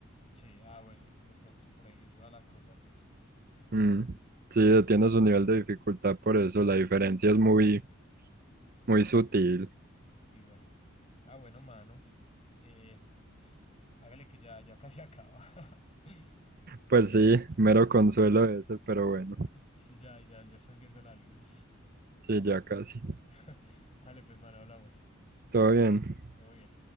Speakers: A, on the left; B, on the right.
A: Sí, ah, bueno, de pronto por ahí iba la cosa, pues,
B: Mm, sí, tiene su nivel de dificultad, por eso la diferencia es muy, muy sutil.
A: quizás. Ah, bueno, mano. Eh, hágale que ya, ya casi acaba. <laughs>
B: Pues sí, mero consuelo ese, pero bueno,
A: Sí, ya, ya, ya estás viendo la luz.
B: sí, ya casi.
A: <laughs> Dale, pues, mano, hablamos.
B: Todo bien.
A: Todo bien.